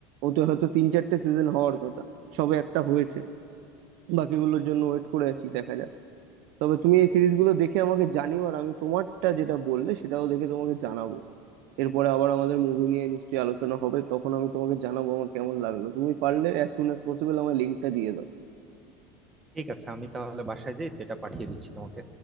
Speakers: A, on the right; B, on the right.
A: ওতে হয়তো তিন চারটে সিজন হওয়ার কথা সবে একটা হয়েছে বাকিগুলোর জন্য ওয়েট করে আছি দেখা যাক তবে তুমি এই সিরিজগুলো দেখে আমাকে জানিও আর আমি তোমারটা যেটা বললে সেটাও দেখে তোমাকে জানাবো এরপরে আবার আমাদের মুভি নিয়ে নিশ্চয়ই আলোচনা হবে তখন আমি তোমাকে জানাবো আমার কেমন লাগলো তুমি পারলে অ্যাজ সুন অ্যাজ পসিবল আমার লিঙ্কটা দিয়ে দাও
B: ঠিক আছে আমি তাহলে বাসায় যাই তো এটা পাঠিয়ে দিচ্ছি তোমাকে